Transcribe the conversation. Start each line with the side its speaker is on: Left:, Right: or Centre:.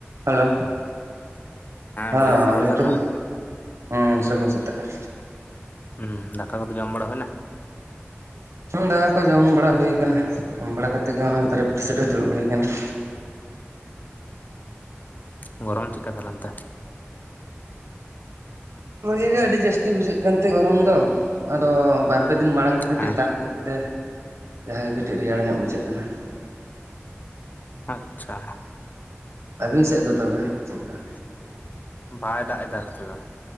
Right: ᱦᱮᱞᱳ ᱦᱮᱸ
Left: ᱵᱚᱭᱦᱟ ᱥᱟᱹᱜᱩᱱ ᱥᱮᱛᱟᱜ
Right: <unintelligible> ᱦᱩᱸ ᱥᱟᱜᱩᱱ ᱥᱮᱛᱟᱜ ᱾
Left: ᱩᱸᱻ ᱫᱟᱠᱟ ᱠᱚᱫᱚ ᱡᱚᱢ ᱵᱟᱲᱟ ᱦᱩᱭ ᱱᱟ?
Right: ᱫᱟᱠᱟ ᱠᱚ ᱡᱚᱢ ᱵᱟᱲᱟ ᱦᱩᱭ ᱠᱟᱱᱟ ᱡᱚᱢ ᱵᱟᱲᱟ ᱠᱟᱛᱮ ᱜᱮ ᱱᱚᱜᱼᱚᱭ ᱫᱟᱨᱮ ᱵᱩᱴᱟᱹ ᱥᱮᱫ ᱨᱮ ᱫᱩᱲᱩᱵ ᱦᱩᱭ ᱠᱟᱱᱟ ᱾
Left: ᱩᱸ ᱜᱚᱨᱚᱢ ᱪᱮᱜ ᱠᱟ ᱛᱟᱦᱚᱞᱮ ᱚᱱᱛᱮ?
Right: ᱵᱷᱟᱹᱜᱤ ᱜᱮ ᱟᱹᱰᱤ ᱡᱟᱹᱥᱛᱤ ᱵᱩᱡᱷᱟᱹᱜ ᱠᱟᱱ ᱛᱟᱸᱦᱮᱫ ᱜᱚᱨᱚᱢ ᱫᱚ ᱟᱫᱚ ᱵᱟᱨ ᱯᱮ ᱫᱤᱱ ᱢᱟᱲᱟᱝ ᱠᱟᱹᱴᱤᱡ
Left: ᱦᱮᱸ
Right: ᱫᱟᱜ ᱠᱮᱫ ᱛᱮ ᱡᱟᱦᱟ ᱜᱮ ᱠᱟᱹᱴᱤᱡ ᱨᱮᱭᱟᱲ ᱧᱚᱜ ᱵᱩᱡᱷᱟᱹᱜ ᱠᱟᱱᱟ ᱾
Left: ᱟᱪᱪᱷᱟ ᱾
Right: ᱟᱹᱵᱤᱱ ᱥᱮᱫ ᱫᱚ ᱛᱚᱵᱮ ᱪᱮᱫ ᱞᱮᱠᱟ?
Left: <unintelligible> ᱵᱟᱭ ᱫᱟᱜ ᱮᱫᱟ ᱱᱚᱛᱮ ᱫᱚ